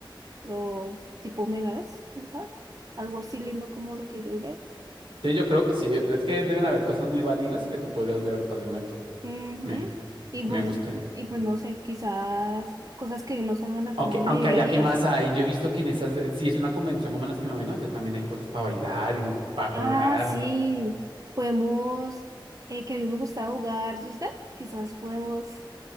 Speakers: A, on the right; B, on the right.
A: los tipo megas, quién sabe, algo así lindo como lo que yo leo.
B: Sí, yo creo que sí. Es que deben haber cosas muy vanilas que tú podrías leer fácilmente.
A: Ujú.
B: Me,
A: Y
B: me
A: pues,
B: gusta.
A: y pues no sé, quizás cosas que no salgan acá
B: Aunque,
A: en
B: aunque
A: librerías.
B: allá qué más hay, yo he visto que en esas, eh, si es una convención como las que me voy, no, allá también hay cosas para bailar y para
A: Ah,
B: jugar.
A: sí, podemos, eh, que a mí me gusta jugar Just Dance, quizás podemos,